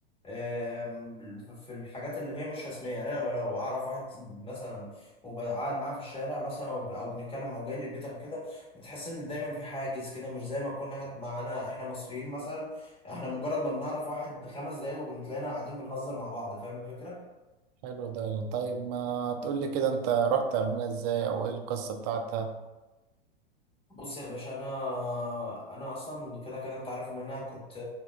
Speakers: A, on the left; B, on the right.
A: آم، في الحاجات اللي هي مش رسميه يعني انا لو اعرف واحد مثلا وبقعد معاه في الشارع مثلا وب- او بنتكلم او جاي لي البيت او كده بتحس ان دايما في حاجز كده مش زي ما تكون قاعد معانا احنا مصريين مثلا احنا مجرد ما بنعرف واحد خمس دقايق وبنتلاقينا قاعدين بنهزر مع بعض فاهم الفكره
B: حلو ده طيب ما تقول لي كده انت رحت علمنا ازاي او ايه القصه بتاعتها
A: بص يا باشا انا انا اصلا كده كده انت عارف ان انا كنت